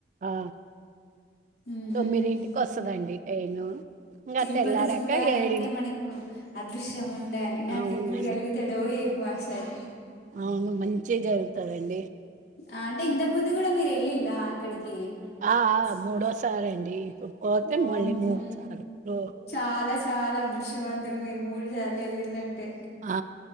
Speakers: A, on the right (about 40°); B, on the left (about 55°).
A: ఆ
B: ఉహు
A: తొమ్మిదింటికి వస్తుదండి ట్రైను ఇంగ
B: తిరుపతి
A: తెల్లారాక
B: చూడాలంటే
A: ఏడింటి
B: మనకు అదృశ్యం ఉండాలి నాకు
A: అవునండి
B: ఎప్పుడు కలుగుతదో ఏంమో వ అసలు
A: అవును మంచి జరు జరుగుతాదండి
B: ఆ అంటే ఇంత ముందు కూడా మీరు వెళ్లి ల లా అక్కడికి
A: ఆ! ఆ!
B: కి
A: మూడోసారండి. ఇప్పుడు పోతే
B: వామ్మో
A: మళ్ళీ సార్లు.
B: చాలా చాలా అ దృశ్యవంతూ ఇద్దరు మీరు మూడు సార్లు వెళ్ళిల్లు అంటే
A: ఆ అ